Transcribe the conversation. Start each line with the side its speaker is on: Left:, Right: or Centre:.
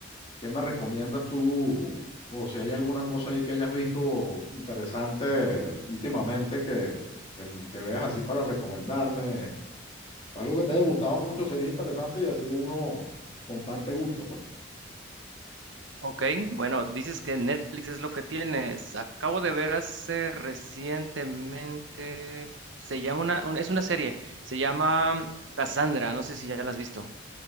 Left: qué me recomiendas tú o si hay alguna cosa ahí que hayas visto interesante últimamente que, que, que veas así para recomendarme. Algo que te haya gustado mucho sería interesante y así uno comparte gusto, pues.
Right: Ok, bueno, dices que Netflix es lo que tienes. Acabo de ver hace recientemente, se llama una, un- es una serie, se llama Cassandra, no sé si ya la has visto.